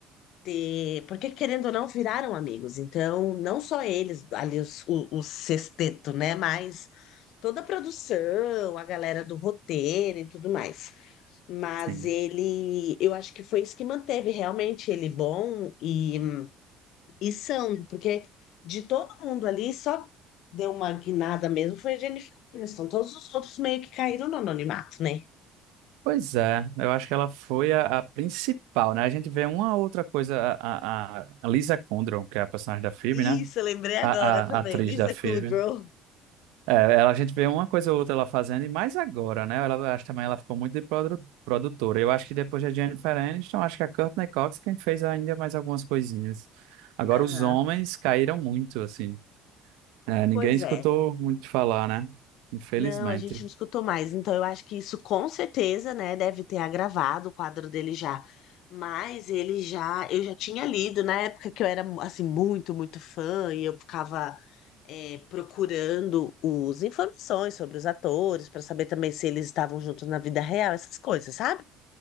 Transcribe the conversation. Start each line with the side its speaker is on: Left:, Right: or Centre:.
Left: ter, porque querendo ou não, viraram amigos. Então, não só eles, ali os, o, o sexteto, né? Mas toda a produção, a galera do roteiro e tudo mais. Mas
Right: Sim.
Left: ele, eu acho que foi isso que manteve realmente ele bom e, e são, porque de todo mundo ali, só deu uma guinada mesmo foi a Jennifer Aniston. Todos os outros meio que caíram no anonimato, né?
Right: Pois é, eu acho que ela foi a, a principal, né? A gente vê uma outra coisa, a, a, a Lisa Kudrow, que é a personagem da Phoebe,
Left: Isso,
Right: né?
Left: eu lembrei agora
Right: A,
Left: também.
Right: a, a atriz
Left: Lisa
Right: da Phoebe.
Left: Kudrow.
Right: É, ela, a gente vê uma coisa ou outra ela fazendo, e mais agora, né? Ela, eu acho também ela ficou muito de produ- produtora. Eu acho que depois da Jennifer Aniston, acho que a Courtney Cox quem fez ainda mais algumas coisinhas. Agora
Left: Aham.
Right: os homens caíram muito, assim. É, ninguém
Left: Pois
Right: escutou
Left: é.
Right: muito falar, né? Infelizmente.
Left: Não, a gente não escutou mais. Então, eu acho que isso com certeza, né, deve ter agravado o quadro dele já. Mas ele já, eu já tinha lido na época que eu era assim muito, muito fã e eu ficava é, procurando os informações sobre os atores para saber também se eles estavam juntos na vida real, essas coisas, sabe?